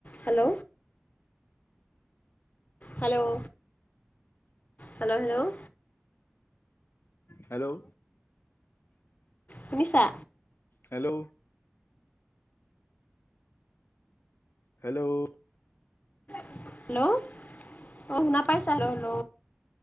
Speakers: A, on the left (about 40°); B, on the left (about 75°).
A: Hello. Hello hello hello.
B: Hello.
A: শুনিছা?
B: Hello. Hello.
A: Hello, অ' শুনা পাইছা, হেল্ল' হেল্ল'।